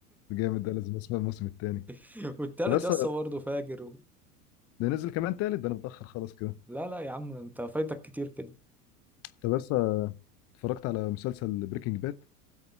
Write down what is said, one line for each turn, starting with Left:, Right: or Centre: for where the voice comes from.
Left: ده جامد ده لازم اسمع الموسم التاني
Centre: <laughs> والتالت
Left: ده بس
Centre: يا اسطى برضه فاجر و...
Left: ده نزل كمان تالت ده انا متاخر خالص كده
Centre: لا لا يا عم انت فايتك كتير كده
Left: طب بس اتفرجت على مسلسل بريكنج باد